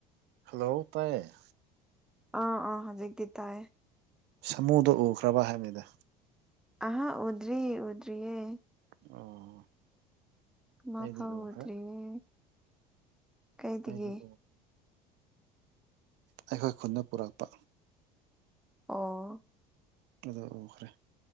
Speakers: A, on the right; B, in the centre.
A: ꯍꯜꯂꯣ ꯇꯥꯏꯌꯦ
B: ꯑꯥ ꯑꯥ ꯍꯧꯖꯤꯛꯀꯤ ꯇꯥꯌꯦ
A: ꯁꯥꯃꯨꯗꯣ ꯎꯈ꯭ꯔꯕ ꯍꯥꯏꯕꯅꯦꯗ
B: ꯑꯍꯥ ꯎꯗ꯭ꯔꯤ ꯎꯗ꯭ꯔꯤꯌꯦ
A: ꯑꯣ
B: ꯃꯥ
A: ꯑꯩꯗꯤ
B: ꯐꯥꯎ
A: ꯎꯈ꯭ꯔꯦ
B: ꯎꯗ꯭ꯔꯤꯌꯦ ꯀꯩꯗꯒꯤ
A: ꯑꯩꯗꯤ ꯎ ꯑꯩꯈꯣꯏ ꯈꯨꯟꯗ ꯄꯨꯔꯛꯄ
B: ꯑꯣ
A: ꯑ <unintelligible> ꯎꯈ꯭ꯔꯦ